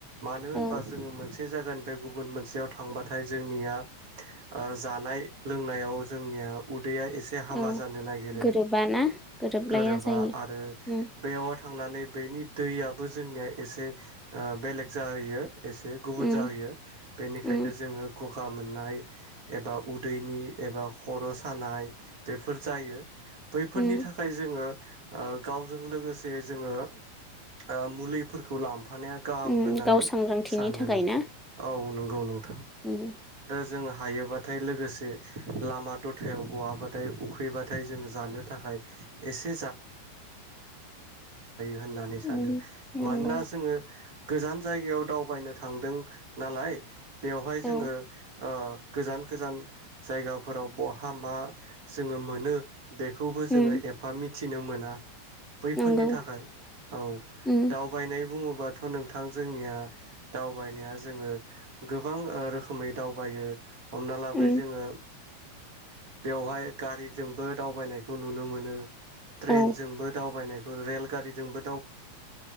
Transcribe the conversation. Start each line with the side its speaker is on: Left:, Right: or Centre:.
Right: मानो होनबा
Centre: औ
Right: जोङो मोनसे से जायगानिफ्राय गुबुन मोनसेयाव थांबाथाय जोंनिया ओ जानाय लोंनायाव जोंनिया उ दैैया
Centre: औ गोरोबाना गोरोबलाया
Right: गोरोबा
Centre: जायो
Right: आरो
Centre: उम
Right: बेयाव थांनानै बेनि दैयाबो जोंनिया एसे ओ बेलेग जाहैयो एसे गुबुन
Centre: उम
Right: जाहोयो बेनिखायनो
Centre: उम
Right: जोङो ग गा मोननाय एबा उदैनि एबा खर सानाय बेफोर जायो बैफोरनि
Centre: उम
Right: थाखाय जोङो ओ गावजों लोगोसे जोङो ओ मुलिफोरखौ लां फानाया गाहाम
Centre: उम
Right: होननानै
Centre: गाव सांग्रांथिनि
Right: सानो
Centre: थाखाय
Right: नोंथां
Centre: ना
Right: औ नों गौ नों
Centre: उम
Right: जों हायोबाथाय लोगोसे लामा दथायाव बहाबाथाय उखैबाथाय जोङो जानो थाखाय एसे होननानै सानो
Centre: उम नंगौ
Right: मानोना जोङो गोजान जायगायाव दावबायनो थांदों नालाय बेवहाय
Centre: औ
Right: जोङो ओ गोजान गोजान जायगाफोराव बहा मा जोङो मोनो बेखौबो
Centre: उम
Right: जोङो एफा मिथ थिनो मोना। बैफोरनि
Centre: नंगौ
Right: थाखाय औ
Centre: उम
Right: दावबायनाय बुङो बाथ' नोंथां जोंनिया दावबायनाया जोङो गोबां रोखोमै दावबायो हमना लाबाय
Centre: उम
Right: जोङो बेवहाय गारिजोंबो दावबायनायखौ नुनो मोनो ट्रेनजोंबो
Centre: औ
Right: दावबायनाय रेलगारिजोंबो